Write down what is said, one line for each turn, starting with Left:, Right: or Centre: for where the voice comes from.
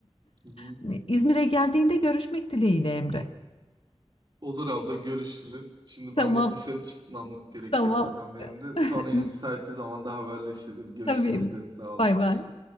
Right: hı.
Left: <laughs> İzmir'e geldiğinde görüşmek dileğiyle Emre.
Right: Olur abla görüşürüz. Şimdi
Left: Tamam
Right: ben de bir dışarı çıkmamız gerekiyor
Left: tamam.
Right: zaten benim de.
Left: <laughs>
Right: Sonra yine müsait bir zamanda haberleşiriz. Görüşmek
Left: Tabii.
Right: üzere. Sağ ol
Left: Bay
Right: konuşun.
Left: bay.